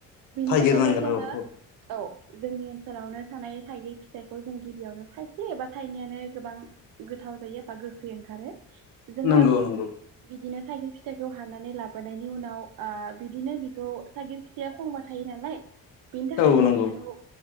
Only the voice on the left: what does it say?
नागिरनांगोन
औ औ
नंगौ नंगौ
औ नंगौ